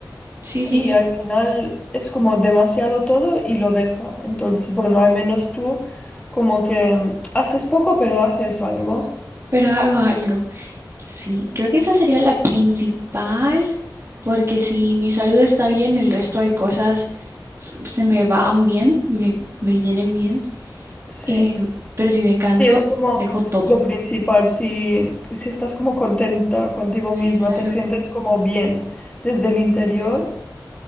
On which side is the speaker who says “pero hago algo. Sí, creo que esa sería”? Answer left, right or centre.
Right